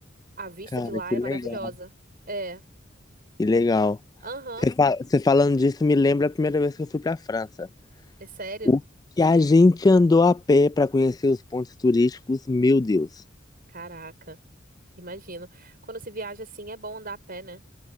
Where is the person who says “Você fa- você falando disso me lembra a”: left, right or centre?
Left